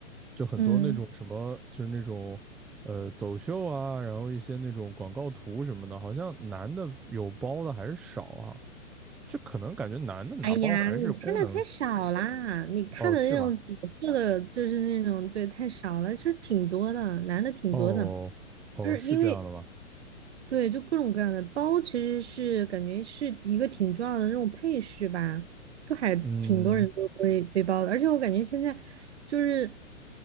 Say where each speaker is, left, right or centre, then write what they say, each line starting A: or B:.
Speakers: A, in the centre; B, on the right.
A: 就很多那种什么就是那种呃走秀啊，
B: 嗯，
A: 然后一些那种广告图什么的，好像男的有包的还是少啊，就可能感觉男的拿包还是功能
B: 哎呀，你看的太少啦，你看的那种紫色的，
A: 哦，是吗？
B: 就是那种对，太少了，就是挺多的，男的挺多的。
A: 哦哦，
B: 就是因为
A: 是这样的吗？
B: 对，就各种各样的包，其实是感觉是一个挺重要的那种配饰吧，就还挺多人都会背包的。
A: 嗯，
B: 而且我感觉现在就是